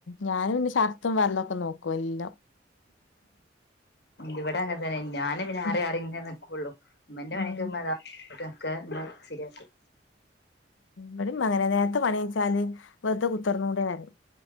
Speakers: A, on the left; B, on the left.
A: ഞാന് പിന്നെ ശർത്തും ഫർളൊക്കെ നോക്കു എല്ലം.
B: ഇവടെ അങ്ങന് തെന്നെ ഞാന് പിന്നെ ആറി
A: ഉം
B: അറിയൊക്കെ നിക്കുള്ളൂ ഇമ്മന്റെ
A: ഉം.
B: പണിയൊക്കെ ഇമ്മതാ തൊക്കെക്കെ മ് സെരിയാക്കും.
A: ബടിം മ്മ അങ്ങനെ നേരത്തെ പണിച്ചാല് വെറുതെകുത്തർന്നൂടെറിം.